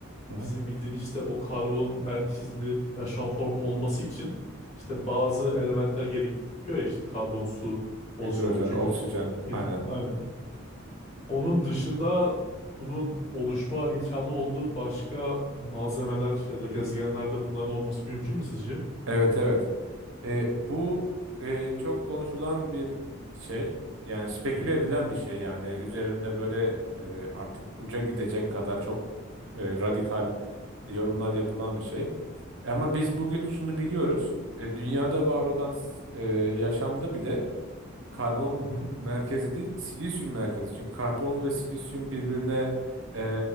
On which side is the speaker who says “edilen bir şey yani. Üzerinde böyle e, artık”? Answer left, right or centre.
Right